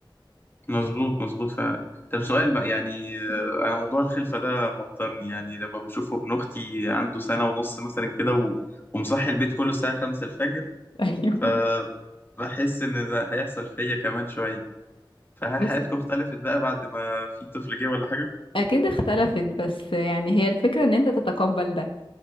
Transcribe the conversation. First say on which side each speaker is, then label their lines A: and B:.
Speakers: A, on the left; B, on the left.
A: مظبوط مظبوط فعلا طب سؤال بقى يعني آه،
B: مم.
A: انا موضوع الخلفة ده موترني يعني لما بشوفه ابن اختي عنده سنة ونص مثلا كده و... ومصحي البيت كله الساعة خمسة الفجر
B: <laughs> ايوه
A: فبحس ان ده هيحصل فيا كمان شوية فهل
B: بص
A: حياتكم اختلفت بقى بعد ما في طفل جه ولا حاجة؟
B: اكيد اختلفت بس يعني هي الفكرة ان انت تتقبل ده